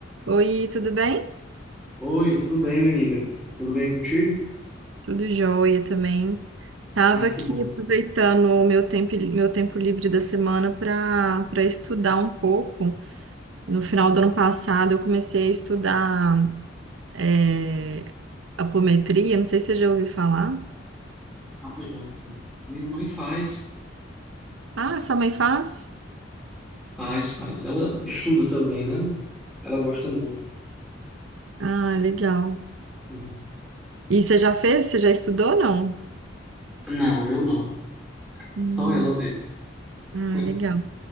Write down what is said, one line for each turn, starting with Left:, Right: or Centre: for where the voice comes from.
Right: Oi, tudo bem?
Centre: Oi, tudo bem, minha amiga? Tudo bem contigo?
Right: Tudo jóia também. Tava
Centre: Ah, que
Right: aqui
Centre: bom.
Right: aproveitando o meu tempo, meu tempo livre da semana para para estudar um pouco. No final do ano passado, eu comecei a estudar é, apometria. Não sei se você já ouviu falar.
Centre: Ah, já, já. Minha mãe faz.
Right: Ah, sua mãe faz?
Centre: Faz, faz. Ela estuda também, né? Ela gosta muito.
Right: Ah, legal.
Centre: Uhum.
Right: E você já fez? Você já estudou, não?
Centre: Não, eu não.
Right: Hum,
Centre: Só ela mesmo.
Right: ah,
Centre: <laughs>
Right: legal.